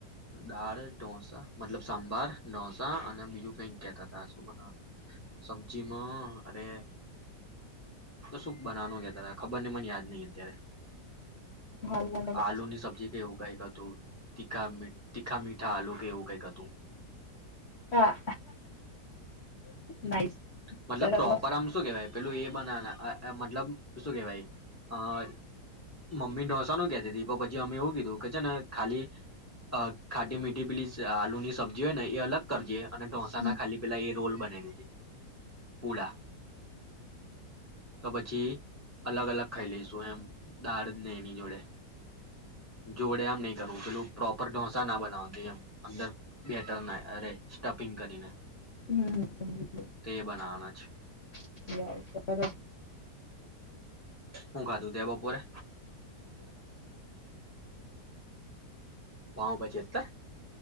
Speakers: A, on the left (about 15°); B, on the left (about 50°).
A: દાળ ઢોસા મતલબ સાંભાર. ડોસા અને બીજું પૈઈક કેતા તા શુ બનું સબ્જીમાં અરે તો શું બનાવાનું ગ તારા ખબર ને મને યાદ નહ અત્યારે.
B: હારું વાંધો નઈ
A: આલુ ની સબ્જી કેવું. કઈક હતું, તીખા મી તીખા મીઠા આલુ કે એવું કઈક હતું.
B: હા
A: હમ્મ,
B: નાઈસ
A: મતલબ
B: સરસ
A: પ્રોપર આમ શું કેવાય પેલું એ બનાના અહ-અહ મતલબ શું કહેવાય અહ મમ્મી ઢોસા નું કેતી તી તો પછી અમે એવું કીધું કે છે ને ખાલી અહ ખાટી મીઠી પીલી સ આલુ ની સબ્જી હોય ને ઈ અલગ કરજે અને ઢોસા
B: હમ
A: ના ખાલી પેલા એ રોલ બનાઈ દેજે. પુડા, તો પછી અલગ-અલગ ખાઈ લઈશ તું એમ દાળ ને એની જોડે, જોડે આમ નહી કરું, પેલું પ્રોપરો ઢોસ <unintelligible> ના બનાવતી એમ અંદર બેટર ના અરે સ્ટપિંગ કરીને.
B: હમ્મ-હમ્મ-હમ્મ.
A: તે <inaudible>
B: તો બરાબર છે.
A: હું ખાધું તે બપોરે? પાઉંભાજી હતા?